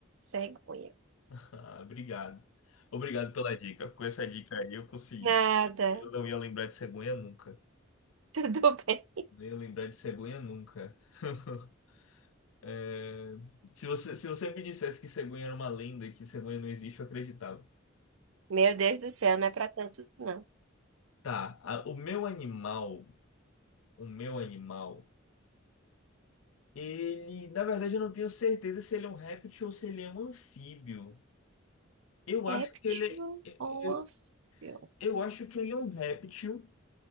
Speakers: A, on the right; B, on the left.
A: Cegonha.
B: Ah, obrigado. Obrigado pela dica. Com essa dica aí eu consegui.
A: Nada.
B: Eu não ia lembrar de cegonha nunca.
A: <laughs> Tudo bem.
B: Não ia lembrar de cegonha nunca. <laughs> É, se você, se você me dissesse que cegonha era uma lenda, e que cegonha não existe, eu acreditava.
A: Meu Deus do céu, não é pra tanto, não.
B: Tá, a- o meu animal, o meu animal. Ele, na verdade, eu não tenho certeza se ele é um réptil ou se ele é um anfíbio. Eu acho
A: É Réptil
B: que ele é,
A: ou
B: eu,
A: anfíbio?
B: eu acho que ele é um réptil,